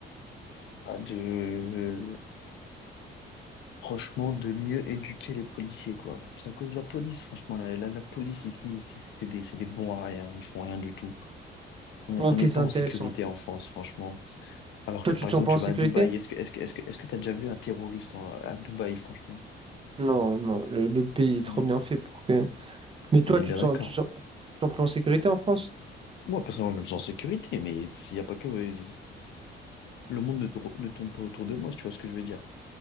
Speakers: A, on the left; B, on the right.
A: Pas de... Franchement, de mieux éduquer les policiers, quoi. C'est à cause de la police, franchement. La, la, la police ici, c'est c'est des, c'est des bons à rien. Ils font rien du tout. On
B: Ok,
A: on n'est
B: c'est
A: pas
B: intéressant.
A: en sécurité en France, franchement. Alors
B: Toi,
A: que
B: tu
A: par
B: te
A: exemple,
B: sens pas
A: tu
B: en sécurité?
A: vas à Dubaï, est-ce que est-ce que est-ce que est-ce que t'as déjà vu un terroriste en- à Dubaï, franchement?
B: Non, non, le, le pays est
A: On
B: trop
A: est,
B: bien fait pour que. Mais toi,
A: on est
B: tu
A: bien
B: te
A: d'accord.
B: sens, tu te sens, tu te sens plus en sécurité en France?
A: Moi, personnellement, je me sens en sécurité, mais s'il n'y a pas que, euh, le monde ne, tour- ne tourne pas autour de moi, si tu vois ce que je veux dire.